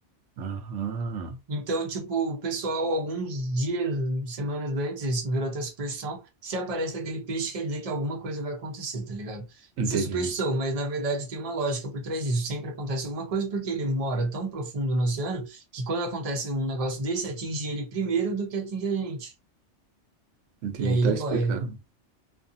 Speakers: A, on the right; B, on the right.
A: Aham.
B: Então, tipo, o pessoal, alguns dias, semanas antes, isso virou até superstição, se aparece aquele peixe, quer dizer que alguma coisa vai acontecer, tá ligado?
A: Entendi.
B: Isso é superstição, mas na verdade tem uma lógica por trás disso. Sempre acontece alguma coisa porque ele mora tão profundo no oceano que quando acontece um negócio desse, atinge ele primeiro do que atinge a gente.
A: Entendi,
B: E aí
A: tá
B: ele
A: explicando.
B: boia.